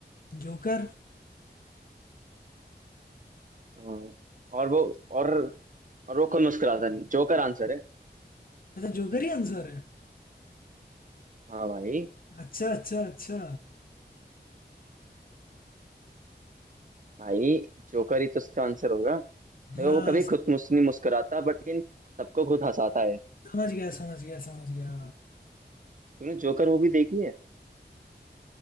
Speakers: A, on the left; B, on the right.
A: जोकर
B: हाँ, और वो और और वो कोई मुस्कुराता नहीं जोकर आंसर है
A: अच्छा जोकर ही आंसर है
B: हाँ भाई
A: अच्छा अच्छा अच्छा
B: भाई जोकर ही तो उसका आंसर होगा देखो
A: हाँ
B: वो कभी खुद मुझ नहीं मुस्कुराता बट लेकिन सबको खुद हंसाता है
A: समझ गया समझ गया समझ गया
B: तूने जोकर वो भी देखी है